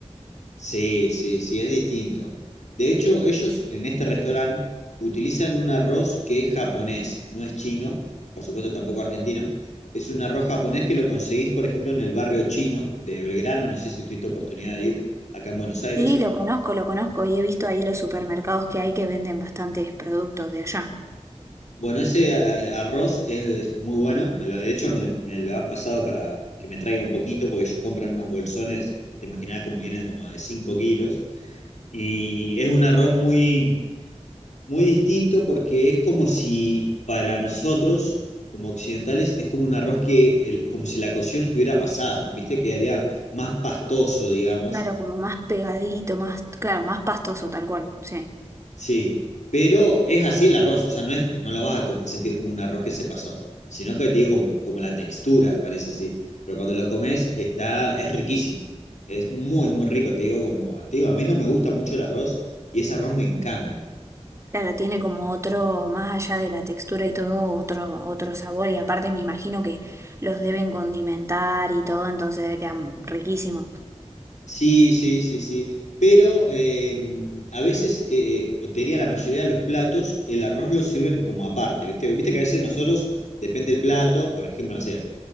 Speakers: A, on the left (about 80°); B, on the right (about 25°).
A: Sí, sí, sí, es distinto. De hecho, ellos en este restaurante utilizan un arroz que es japonés, no es chino, por supuesto tampoco argentino. Es un arroz japonés que lo conseguís, por ejemplo, en el barrio chino de Belgrano, no sé si tuviste oportunidad de ir acá en Buenos Aires.
B: Sí, lo conozco, lo conozco y he visto ahí los supermercados que hay que venden bastantes productos de allá.
A: Bueno, ese eh, arroz es, es muy bueno, me lo, de hecho me, me lo han pasado para que me traiga un poquito, porque ellos compran unos bolsones, te imaginás como vienen como de 5 kilos. Y es un arroz muy Muy distinto porque es como si para nosotros, como occidentales, es como un arroz que, el- como si la cocción estuviera pasada, ¿viste? Quedaría más pastoso, digamos.
B: Claro, como más pegadito, más, claro, más pastoso tal cual, sí.
A: Sí. Pero es así el arroz, o sea, no es, no lo vas a com- sentir como un arroz que se pasó, sino que te digo como, como la textura, parece así. Pero cuando lo comes, está, es riquísimo. Es muy, muy rico, te digo como, te digo, a mí no me gusta mucho el arroz y ese arroz me encanta.
B: Claro, tiene como otro, más allá de la textura y todo, otro, otro sabor y aparte me imagino que los deben condimentar y todo, entonces debe quedar riquísimo.
A: Sí, sí, sí, sí. Pero eh, a veces, eh, o te diría la mayoría de los platos, el arroz lo sirven como aparte, ¿viste? Viste que a veces nosotros, depende del plato, por ejemplo, no sé,